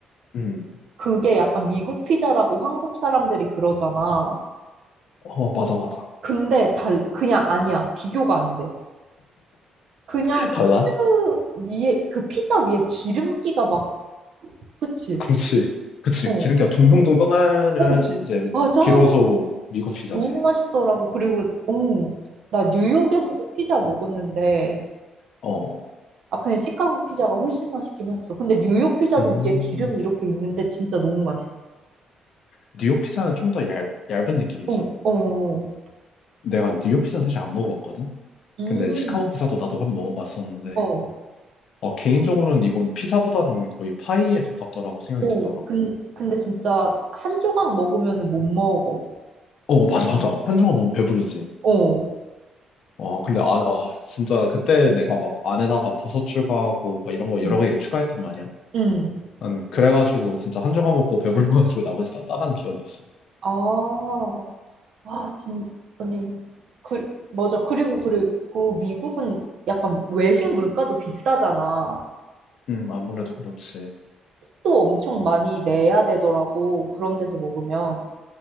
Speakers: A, on the left; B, on the right.
A: 음,
B: 그게 약간 미국 피자라고 한국 사람들이 그러잖아
A: 어, 맞아, 맞아.
B: 근데 달 그냥 아니야 비교가 안 돼 그냥
A: 달라?
B: 치즈 위에 그 피자 위에 기름기가 막 그치
A: 그렇지. 그치.
B: 어
A: 기름기가 둥둥둥 떠나야지
B: 오,
A: 이제
B: 맞아
A: 비로소 미국 피자지.
B: 너무 맛있더라고 그리고 오 나 뉴욕에서도 피자 먹었는데
A: 어.
B: 아, 그냥 시카고 피자가 훨씬 맛있긴 했어. 근데 뉴욕 피자도
A: 음,
B: 위에 기름이 이렇게 있는데 진짜 너무 맛있었어.
A: 뉴욕 피자는 좀 더 얇은 느낌이지.
B: 어, 어,
A: 내가 뉴욕 피자는 사실 안 먹어봤거든?
B: 음,
A: 근데 시카고 피자도 나도 한번 먹어봤었는데,
B: 어,
A: 어, 개인적으로는 이건 피자보다는 거의 파이에 가깝더라고 생각이
B: 오,
A: 들더라고.
B: 근, 근데 진짜 한 조각 먹으면 못 먹어.
A: 어, 맞아, 맞아. 한정아 너무 배부르지.
B: 어,
A: 어, 근데 아, 아, 진짜 그때 내가 막 안에다가 버섯 추가하고 막 이런 거 여러
B: 음,
A: 가지 추가했단 말이야.
B: 음.
A: 난 그래가지고 진짜 한 조각 먹고 배불러가지고 <laughs> 나머지 다 싸간 기억이 있어.
B: 아, 와, 진, 아니, 그, 맞아. 그리고, 그리고 미국은 약간 외식 물가도 비싸잖아.
A: 음, 아무래도 그렇지.
B: 또 엄청 많이 내야 되더라고. 그런 데서 먹으면.